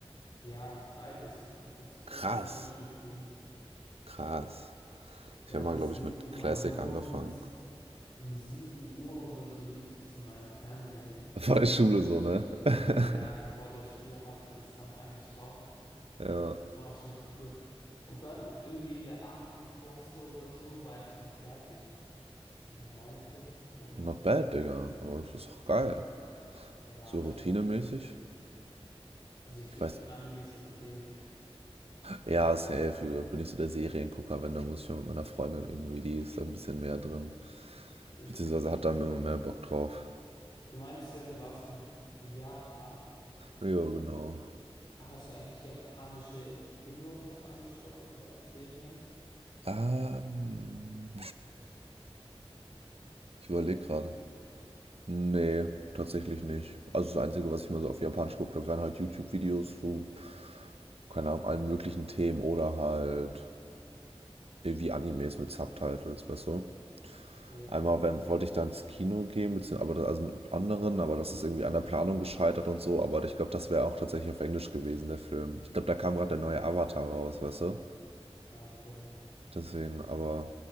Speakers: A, on the left (about 40°); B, on the right (about 70°).
A: ja, beides. Das Classic
B: Krass,
A: und Shippuden.
B: krass.
A: Ja,
B: Ich habe
A: das
B: mal, glaube
A: lief
B: ich, mit
A: immer
B: Classic
A: morgens
B: angefangen.
A: um 7 Uhr oder so lief das in meinem Fernsehen.
B: <laughs> War in Schule so, ne? <laughs>
A: Ja, vor der Schule habe ich das dann angeschaut.
B: Ja,
A: Das war schon cool. Und dann irgendwie in der achten Klasse oder so war ich dann fertig. Oder neunte, sowas.
B: not bad, Digga, aber es ist auch geil.
A: Ja,
B: So
A: ist
B: routinemäßig.
A: schon cool. Also ich
B: Ich
A: würde
B: weiß,
A: dir Animes empfehlen.
B: Ja, safe. Ich bin nicht so der Seriengucker, wenn, dann muss ich mal mit meiner Freundin irgendwie, die ist da ein bisschen mehr drin.
A: Äh,
B: Beziehungsweise hat da immer mehr Bock drauf.
A: Du meinst ja, du warst in Japan.
B: Ja, genau.
A: Hast du eigentlich japanische Filme oder so angeschaut oder Serien?
B: Ähm, ich überlege gerade. Nee, tatsächlich nicht. Also das Einzige, was ich mal so auf Japanisch geguckt habe, wären halt YouTube-Videos zu, keine Ahnung, allen möglichen Themen oder halt irgendwie Animes mit Subtitles, weißt du?
A: Ja,
B: Einmal wenn, wollte ich da ins Kino gehen, bezieh aber da also mit anderen, aber das ist irgendwie an der Planung gescheitert und so. Aber ich glaube, das wäre auch tatsächlich auf Englisch gewesen, der Film. Ich glaube, da kam gerade der neue Avatar raus, weißt du?
A: okay.
B: Deswegen, aber.